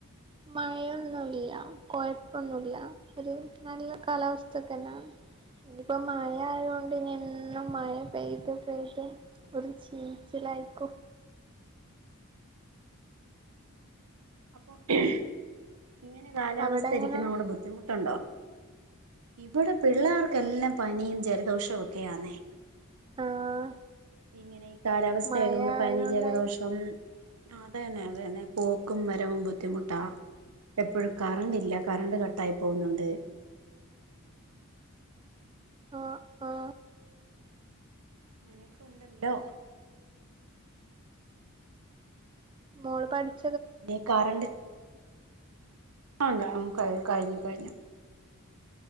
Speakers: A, on the right (about 20°); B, on the right (about 90°).
A: മഴയൊന്നുല്ല കുഴപ്പൊന്നുല്ല ഒരു നല്ല കാലാവസ്ഥതന്നാണ് ഇനിപ്പോ മഴ ആയുകൊണ്ട് ഇനി എന്നും മഴ പെയ്ത് പെയ്ത് ഒരു ചീച്ചിട് ലൈക്കു
B: അപ്പൊ <unintelligible> ഇങ്ങനെ കാലാവസ്ഥ
A: അവിടെ എങ്ങനെ
B: ഇരിക്കുന്നൊണ്ട് ബുദ്ധിമുട്ടുണ്ടോ <unintelligible> ഇവിടെ പിള്ളേർക്കെല്ലാം പനിയും ജലദോഷവും ഒക്കെയാന്നെ
A: ആഹ്
B: ഇങ്ങനെ ഈ കാലാവസ്ഥ
A: മഴ
B: ആയതുകൊണ്ട് പനി
A: ആയോണ്ടായിരിക്കും
B: ജലദോഷം അതെ തന്നെ അത തന്നെ പോക്കും വ റ്റവും ബുദ്ധിമുട്ടാ എപ്പോഴും കറണ്ട് ഇല്ല കറണ്ട് കട്ടായി പോകുന്നുണ്ട്
A: ആ ആഹ
B: അങ്ങനെയൊക്കെ ഉണ്ടല്ലോ
A: മോള് പാടിക്ക?
B: ദെ കാറണ്ട് ആ ഗ കയ് കഴിഞ്ഞു കഴിഞ്ഞു